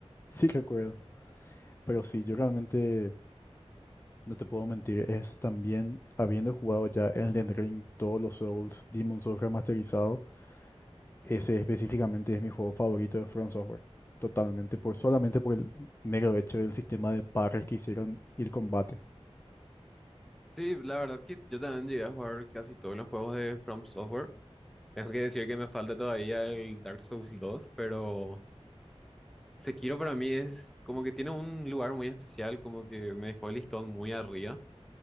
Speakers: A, on the left; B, in the centre.
A: sí recuerdo. Pero sí, yo realmente no te puedo mentir. Es también habiendo jugado ya Elden Ring, todos los Souls, Demon Souls remasterizado. Ese específicamente es mi juego favorito de From Software. Totalmente, por, solamente por el mero hecho del sistema de parries que hicieron y el combate.
B: Sí, la verdad es que yo también llegué a jugar casi todos los juegos de From Software. Tengo que decir que me falta todavía el Dark Souls 2, pero Sekiro para mí es como que tiene un lugar muy especial, como que me dejó el listón muy arriba,